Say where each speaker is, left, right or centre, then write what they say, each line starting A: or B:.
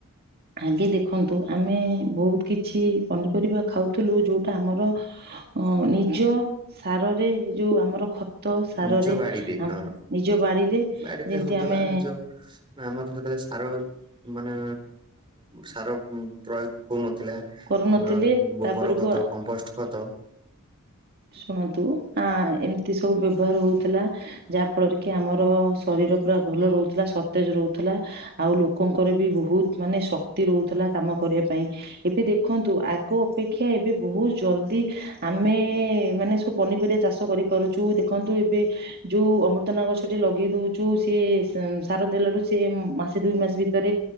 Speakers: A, on the right; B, on the right.
A: ଆଗେ ଦେଖନ୍ତୁ ଆମେ ବହୁତ କିଛି ପନିପରିବା ଖାଉଥିଲୁ ଯୋଉଟା ଆମର ଅ ନିଜ ସାରରେ ଯୋଉ ଆମର ଖ ତ ସାରରେ
B: ନିଜ ବାଡିରେ ହଁ
A: ନିଜ ବାଡିରେ
B: ବାଡିରେ
A: ଯେମିତି
B: ହଉଥିଲା
A: ଆମେ
B: ନିଜ ଆମର ସେତେବେଳେ ସାର ମାନେ ସାର ପ୍ରୟୋଗ ହଉନଥିଲା
A: କରୁନଥିଲେ
B: ଆମର ଗୋବର
A: ତାପରକୁ
B: ଖତ କମ୍ପୋଷ୍ଟ ଖତ
A: ଶୁଣନ୍ତୁ ଆ ଏମିତି ସବୁ ବ୍ୟବହାର ହଉଥିଲା। ଯାହା ଫଳରେ କି ଆମର ଶରୀର ପୁରା ଭଲ ରହୁଥିଲା ସତେଜ ରହୁଥିଲା। ଆଉ ଲୋକଙ୍କର ବି ବହୁତ ମାନେ ଶକ୍ତି ରହୁଥିଲା କାମ କରିବା ପାଇଁ। ଏବେ ଦେଖନ୍ତୁ ଆଗ ଅପେକ୍ଷା ଏବେ ବହୁତ ଜଲଦି ଆମେ ମାନେ ସବୁ ପନିପରିବା ଚାଷ କରିପାରୁଛୁ ଦେଖନ୍ତୁ ଏବେ ଯୋଉ ଅମୃତନା ଗଛଟି ଲଗେଇ ଦଉଛୁ ସିଏ ସାର ଦେଲାଠୁ ସେ ମାସେ ଦୁଇ ମାସ ଭିତରେ